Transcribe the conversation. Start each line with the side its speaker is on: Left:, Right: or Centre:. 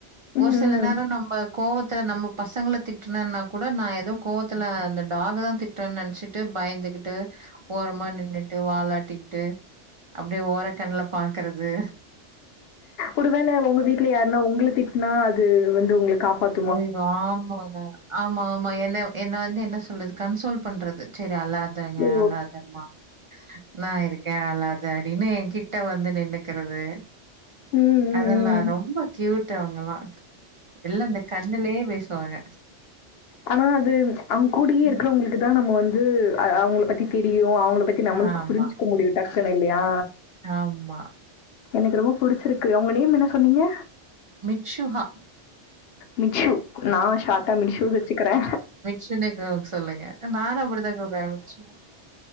Left: ம்
Right: ஒரு சில
Left: ம்
Right: நேரோ நம்ப கோவத்துல நம்ம பசங்ள திட்டுனன்னா கூட நா எதோ கோவத்துல அந்த டாகதா திட்றன் நெனச்சிட் ட்டு பயந்துகிட்டு ஓரமா நின்னுட்டு வாலாட்டிக்கிட்டு அப்டியே ஓர க்கண்ல பாக்கறது
Left: ஒருவேள உங்க வீட்ல யாருன்னா உங்ள திட்னா அது வந்து உங்ள காப்பாத்
Right: அய்யோ ஆமாங்க ஆமா ஆமா என்ன என்ன வந்து என்ன சொல்றது கன்சோல் பண்றது செரி அழாதங்க
Left: ஓ
Right: அழாதம்மா நா இருக் கே அழாத அப்டினு எ கிட்ட வந்து நின்னுக்கிறது.
Left: ம் ம்
Right: அதல்லா
Left: ம்
Right: ரொம்ப கியூட்டு அவங்கெல்லா எல்லா இந்த தில்லையே பேசுவாங்க.
Left: ஆனா அது அவுங் கூடியே இருக்றவங்களுக்கு
Right: ம்.
Left: தா நம்ப வந்து ஆ அவுங்ள பத்தி தெரியு அவங்ள ப த்தி நம்முள்க்கு
Right: ஆமா
Left: புரிஞ்க்க முடியு டக்குனு இல்லையா?
Right: ஆமா
Left: எனக்கு ரொம்ப புடிச்சிருக்கு உங்க நேம் என்ன சொன்னீங்க?
Right: மிட்சுகா.
Left: மிட்சு நா ஷாட்டா மிடிசுனு வெச்சுகறே.
Right: சினேகோவுக் சொல்லுங்க அ நானு அப்டிதா கூப்டுவே மிட்சு.